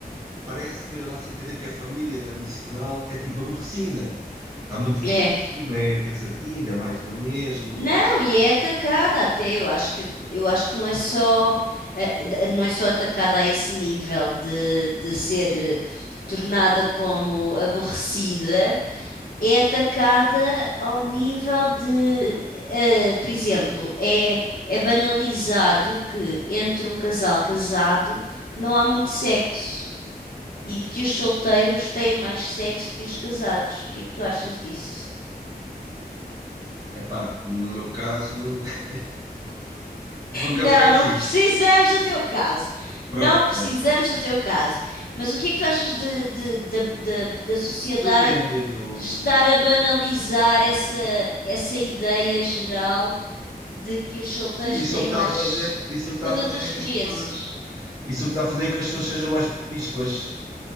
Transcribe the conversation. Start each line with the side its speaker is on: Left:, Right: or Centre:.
Right: parece que dá-se a entender que a família tradicional é tipo aborrecida. Está muito visto,
Left: É.
Right: é cansativo, é mais do mesmo.
Left: Não,
Right: Então,
Left: e é atacada até. Eu acho que, eu acho que não é só, eh, d- não é só atacada a esse nível de, de ser eh, tornada como aborrecida, é atacada ao nível de, eh, eh, por exemplo, é, é banalizado que entre um casal casado não há muito sexo. e que os solteiros têm mais sexo que os casados. O que é que tu achas disso?
Right: epá, no meu caso, <laughs> nunca
Left: Não,
Right: foi assim.
Left: não precisamos do teu caso.
Right: Pronto,
Left: Não precisamos
Right: pronto, pronto.
Left: do teu caso. Mas o que é que tu achas de, de- da da- da sociedade
Right: Depende do.
Left: estar a banalizar essa, essa ideia geral de que os solteiros
Right: Sim, isso
Left: têm
Right: é o que
Left: mais.
Right: está a fazer, isso é o que
Left: Segundo
Right: está a fazer
Left: a tua experiência,
Right: é que as pessoas. Isso é o que está a fazer é que as pessoas sejam mais promíscuas.